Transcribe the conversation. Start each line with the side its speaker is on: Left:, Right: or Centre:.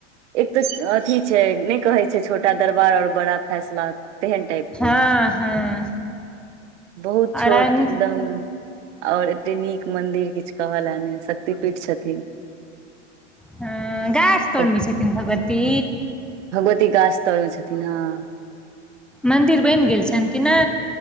Right: एक तऽ अथी छै नहि कहै छै छोटा दरबार ओर बड़ा फैसला तेहन टाइप
Centre: हँ
Right: के
Centre: हँ
Right: बहुत छोट
Centre: अरन
Right: एकदम और एते नीक मंदिर किछु कहल ने शक्ति पीठ छथिन
Centre: ह गायछ तोड़
Right: तऽ
Centre: मे छथिन भगवती
Right: भगवती गाछ तर में छथिन हँ
Centre: मन्दिर बनि गेल छैन की नै